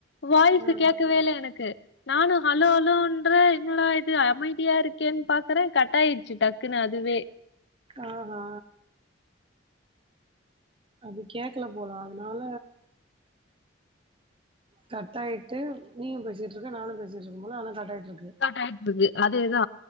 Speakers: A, on the left; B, on the right.
A: வாயிசு
B: ஆ
A: கேட்கவே இல்ல எனக்கு நானு ஹலோ ஹலோன்றே என்னடா இது அமைதியா இருக்கேன்னு பாக்குறே கட்டாயிடுச்சி டக்குன்னு அதுவே
B: ஆ ஹா அப்ப கேக்கல போலா அதுனால கட் ஆயிட்டு நீயு பேசிட்டுருக்க நானு பேசிட்ருக்கும் போது ஆனா கட் ஆயிட்டுருக்கு
A: கட் ஆயிட்ருக்கு அதேதா